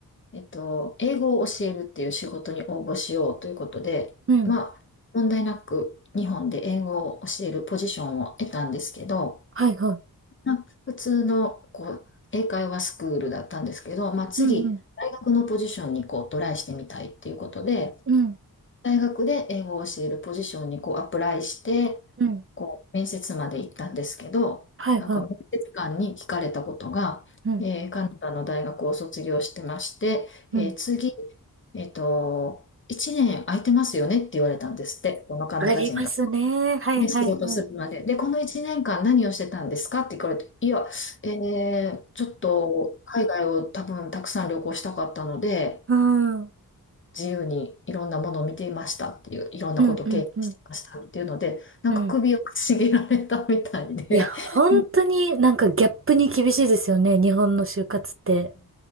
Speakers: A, on the left (about 35°); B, on the right (about 35°).
A: えっと、英語を教えるっていう仕事に応募しようということで、
B: うん。
A: まあ、問題なく日本で英語を教えるポジションを得たんですけど、
B: はいはい。
A: まあ、普通のこう英会話スクールだったんですけど、まあ、次、
B: うんうん、
A: 大学のポジションにこうトライしてみたいっていうことで、
B: うん、
A: 大学で英語を教えるポジションにこうアプライして、
B: うん。
A: こう面接まで行ったんですけど、
B: はいはい。
A: なんか面接官に聞かれたことが、
B: うん、
A: えーカナダの大学を卒業してまして、
B: うん。
A: えー次、えっと、1年空いてますよねって言われたんですって、このカナダ人が。
B: ありますね。はいはいはい。
A: ね、仕事するまで。で、この1年間何をしてたんですかって聞かれて、いや、えーちょっと海外を多分たくさん旅行したかったので、
B: うん、うん
A: 自由にいろんなものを見ていましたっていう、いろんなことを経験してましたっていうので、
B: うんうん、
A: なんか首をかしげられたみたいで、
B: うん。いや、本当になんかギャップに厳しいですよね。
A: うん
B: 日本の就活って。